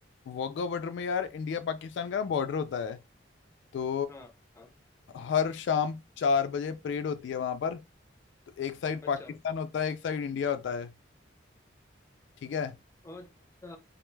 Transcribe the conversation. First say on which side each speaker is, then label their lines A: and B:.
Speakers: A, on the left (about 70°); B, on the left (about 15°).
A: वाघा बॉर्डर में यार इंडिया पाकिस्तान का ना बॉर्डर होता है तो
B: हाँ हाँ
A: हर शाम चार बजे परेड होती है वहां पर तो एक साइड
B: अच्छा
A: पाकिस्तान होता है एक साइड इंडिया होता है ठीक है
B: अच्छा